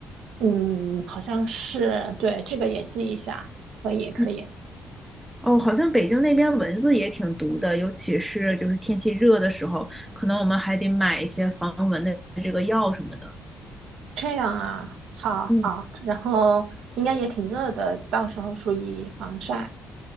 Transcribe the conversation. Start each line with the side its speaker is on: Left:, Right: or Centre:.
Right: 嗯，好像是，对，这个也记一下，可以，可以。
Centre: 嗯哦，好像北京那边蚊子也挺毒的，尤其是就是天气热的时候，可能我们还得买一些防蚊的这个药什么的。
Right: 这样啊，好好。
Centre: 嗯。
Right: 然后应该也挺热的，到时候注意防晒。